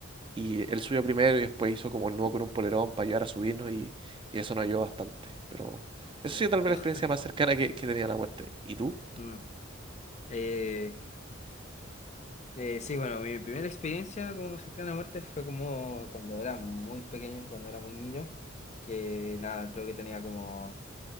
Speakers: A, on the right; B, on the left.
A: Y él subió primero y después hizo como un nudo con un polerón para ayudar a subirnos y, y eso nos ayudó bastante. Pero eso
B: ya.
A: ha sido tal vez
B: oh,
A: la experiencia
B: <laughs>
A: más cercana que, que tenía a la muerte. ¿Y tú?
B: mm. Eh, eh, sí, bueno, mi primera experiencia como cercana a la muerte fue como cuando era muy pequeño, cuando era muy niño, que nada, creo que tenía como,